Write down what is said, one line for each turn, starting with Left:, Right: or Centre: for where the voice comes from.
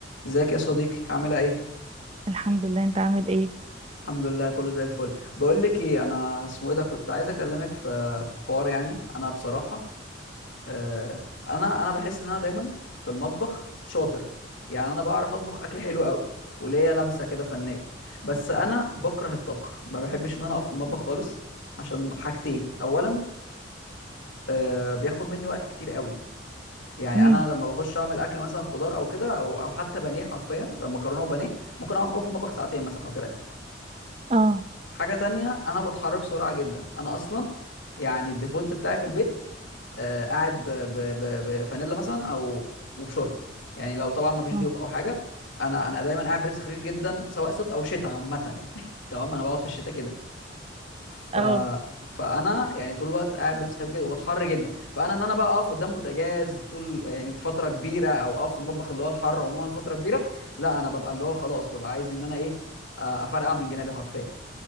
Left: ازيك يا صديقي عامله ايه
Right: الحمد لله انت عامل ايه
Left: الحمد لله كله زي الفل بقول لك ايه انا اسمه ايه ده كنت عايز اكلمك في في حوار يعني انا بصراحه آه، انا انا بحس ان انا دايما في المطبخ شاطر يعني انا بعرف اطبخ اكل حلو قوي وليا لمسه كده فنيه بس انا بكره الطبخ ما بحبش ان انا اقف في المطبخ خالص عشان حاجتين اولا آه، بياخد مني وقت كتير قوي يعني
Right: امم
Left: انا لما بخش اعمل اكل مثلا خضار او كده او او حتى بانيه حرفيا لما مكرونه وبانيه ممكن اقعد جوه في المطبخ ساعتين مثلا او ثلاثه
Right: اه
Left: حاجة تانية أنا بتحرك بسرعة جدا أنا أصلا يعني الديفولت بتاعي في البيت آه قاعد ب- ب- ب- بفانيلا مثلا أو وبشورت يعني لو طبعا ما فيش
Right: اه
Left: ضيوف أو حاجة أنا أنا دايما قاعد بلبس خفيف جدا سواء صيف أو شتاء عامة يعني <laughs> تمام أنا بقعد في الشتاء كده ف...
Right: اه
Left: فأنا يعني طول الوقت قاعد بلبس خفيف جدا وبتحر جدا فأنا إن أنا بقى أقف قدام بوتاجاز طول يعني فترة كبيرة أو أقف في المطبخ اللي هو الحر عموما فترة كبيرة لا أنا ببقى اللي هو خلاص ببقى عايز إن أنا إيه آه، أفرقع من جنابي حرفيا